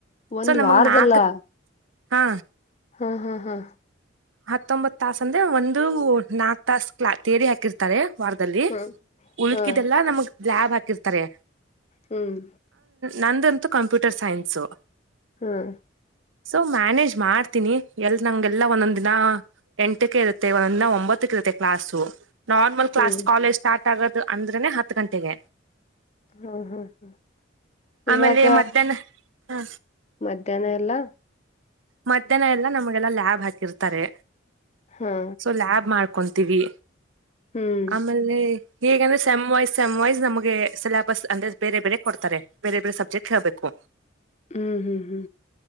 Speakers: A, on the left; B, on the right.
A: ಒಂದ
B: ಸೊ ನಮಗ್
A: ವಾರದಲ್ಲ.
B: ನಾಕ್ ಹಾ.
A: ಹಾ ಹಾ ಹಾ.
B: ಹತ್ತೊಂಬತ್ ತಾಸ ಅಂದ್ರೆ ಒಂದು ನಾಕ್ ತಾಸ ಕ್ಲಾ ತೆರೆ ಹಾಕಿರ್ತಾರೆ. ವಾರದಲ್ಲಿ
A: ಹಾ
B: ಉಳಕಿದೆಲ್ಲಾ
A: ಹಾ
B: ನಮಗ್ ಲ್ಯಾಬ್ ಹಾಕಿರ್ತಾರೆ.
A: ಹ್ಮ್.
B: ನಮ್ದು ಅಂತು ಕಂಪ್ಯೂಟರ್ ಸೈನ್ಸು.
A: ಹ್ಮ್.
B: ಸೊ ಮ್ಯಾನೇಜ್ ಮಾಡ್ತೀನಿ ಎಲ್ ನಂಗೆಲ್ಲಾ ಒಂದೊಂದ್. ನಾ ಎಂಟಕ ಇರುತ್ತೆ ಒನ ಒಂಬತ್ತಕ ಇರುತ್ತೆ ಕ್ಲಾಸು. ನಾರ್ಮಲ್ ಕ್ಲಾಸ್
A: ಹ್ಮ್
B: ಕಾಲೇಜ್ ಸ್ಟಾರ್ಟ್ ಆಗೋದು ಅಂದ್ರೆನೆ ಹತ್ತ ಗಂಟೆಗೆ.
A: ಹ್ಮ ಹ್ಮ್ ಹ್ಮ್
B: ಆಮೇಲೆ
A: ಇವಾಗ.
B: ಮಧ್ಯಾಹ್ನ ಹ
A: ಮಧ್ಯಾಹ್ನ ಎಲ್ಲಾ.
B: ಮಧ್ಯಾಹ್ನ ಎಲ್ಲಾ ನಮ್ಗ ಎಲ್ಲಾ ಲ್ಯಾಬ್ ಹಾಕಿರ್ತಾರೆ
A: ಹಾ
B: ಸೊ ಲ್ಯಾಬ್ ಮಾಡ್. ಹಕೊಂತೀವಿ
A: ಹ್ಮ್
B: ಆಮೇಲೆ ಹೇಗೆಂದ್ರೆ ಸೆಮ್ ವೈಸ್ ಸೆಮ್ ವೈಸ್ ನಮಗೆ ಸಿಲೆಬಸ್ ಅಂದ್ರೆ ಬೇರೆ ಬೇರೆ ಕೊಡ್ತಾರೆ ಬೇರೆ ಬೇರೆ ಸಬ್ಜೆಕ್ಟ್ ಹೇಳ್ಬೇಕು.
A: ಹು ಹು ಹು